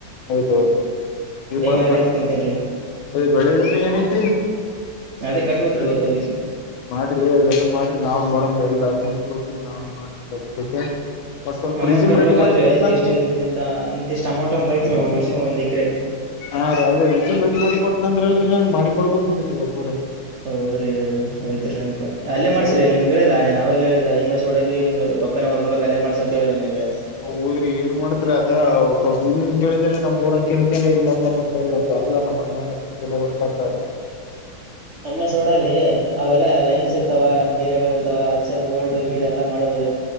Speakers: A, on the left; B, on the right.
A: ಹೌದೌದು ಇ ಬ
B: ಆಗ್ಲಿ
A: ಬಟ್
B: ಅಂತ ಕುಂತೇನ್ರಿ
A: ಅದೇ ಬೆಳಿದಿಂದ ಏನೈತ್ರಿ
B: ಅದೇ ಕಟ್ಬೇಕ್ರಿ
A: ಅದ
B: ಇವತ್ತು ಹೋಗಿ
A: ಮಾಡ್ರಿ ಅದೆಲ್ಲ ಮಾಡ್ರಿ ನಾವ್ ನೋಡ್ರ ಎಲ್ಲಾಕ ೋ ನಾನ್ ಮಾಡ್ತ್ರ ಬ ಮತ್ ಸ್ವಲ್ಪ
B: ಅಮೌಂಟ್
A: ಿಸ್ಯಮ್
B: ಕಟ್ಬೇಕಾದ್ರೆ
A: ರೆಡಿ ಮಾಡಿ ಕುಡುದಂದ
B: ಅದಕ್ ಇಷ್ಟ ಇಂತಿಂತ ಇಂತಿಷ್ಟ್ ಅಮೌಂಟ್ ಅಂತ ಐತ್ರಿ ಒಂದ್ ವರ್ಷ ಒಂದ್ ಎಕರೆಕ್
A: ಹಾ ರೀ ಅದೇ ರಿಜ್ಯಮ್ ರೆಡಿ ಮಾಡಿ ಕೊಡ್ತನಂದ್ರಲ್ರಿ ನಂಗೆ ಮಾಡಿಿಕ ಕೊಡ್ಬೇಕು ಲ್ರಿ ಪುರ
B: ಹೌದ್ರಿ ಅದು ಹೋಯ್ತ್ರಿ ನೆನಪು ಅಲ್ಲೇ ಮಾಡಸ್ರಿ
A: ಹೌದ್ರಿ
B: ನಿಮ್ಗೆ ಹೇಳಿಲ್ಲ ನನ್ ಅವಾಗ ಹೇಳಿಲ್ಲ ಎಮ ಎಸ್ೋಡ ಅ ರೊಕ್ಕನೆ ಹದ್ರೊಳಕ ಅಲ್ಲ ಮಾಡಸ ಅಂತ ಹೇಳಿಲ್ಲ ನಿನ್ಗೆ
A: ಹೋದ್ರಿ ಏನ್ ಮಾಡಿದ್ರಿ ಅಗ ಸ್ವಲ್ಪ ಇಲ್ಲಿಂದ ಕೇಳಿದ್ರ ನಮ್ ಊರ ಕೇಳಿದ ಇಲ್ಲ ಬರ್ಲ್ಲ ನಮ್ಮ ಅಣ್ಣನ ಹೊರ್ತತದು
B: ಕಮ್ಮೆ ಸೋಡಾಲಿ ಅವೆಲ್ಲ ಲೈನ್ಸ್ ಇರ್ತಾವ ಗಗೆರೆಗಳು ಇರ್ತ ಅಥವಾ ಅಕ್ಷರ ಬೋಲ್ಡ್ ಗಿಡ್ ಎಲ್ಲಾ ಮಾಡ್ಬೋದ್ರಿ